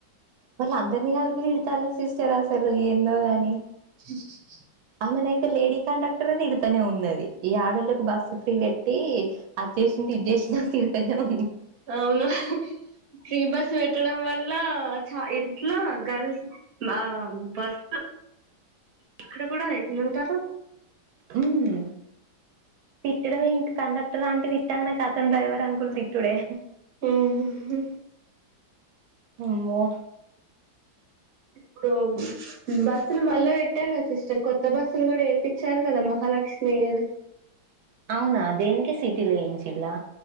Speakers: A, on the right; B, on the right.
A: మళ్ళ అందరినీ కలిపి తిడతారు సిస్టర్ అసలు ఏందో గాని
B: <inaudible>
A: మొన్న అయితే లేడి కండెక్ట్ ర్ తిడుతానే ఉన్నది ఈ ఆడోళ్ళకి బస్సు ఫ్రీ పెట్టి అడ్జెసిండు ఇడ్జెసిండు తిడుతనే ఉ
B: అవును ఫ్రీ బస్ పెట్టడం వల్ ల్ల చ ఎట్లా గర్ల్స్ మా బస్ అక్కడ కూడా ఎట్లుంటారు
A: ఉమ్ తిట్టడమే ఇంకా కండక్టర్ ఆంటీ తిట్టడమే కతం డ్రైవర్ అంకుల్ తిట్టుడే
B: ఉమ్ హుహు
A: అమ్మో
B: ఇప్పుడు బస్సులు మళ్ళా పెట్టారు కదా సిస్టర్ కొత్త బస్సులు కూడా వేపిచ్చారు కదా మహా లక్ష్మి అని
A: అవునా దేనికి సిటీ లో వేయిచ్చిల్లా